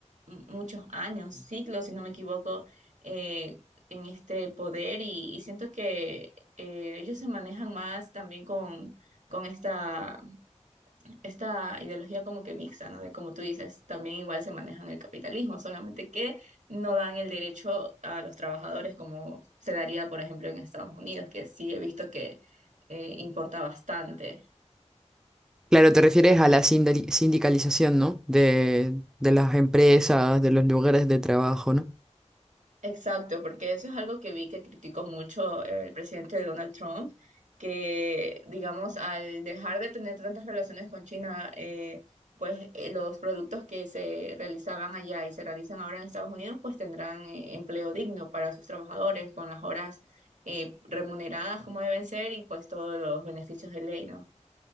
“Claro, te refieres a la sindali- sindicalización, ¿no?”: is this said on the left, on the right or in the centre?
Centre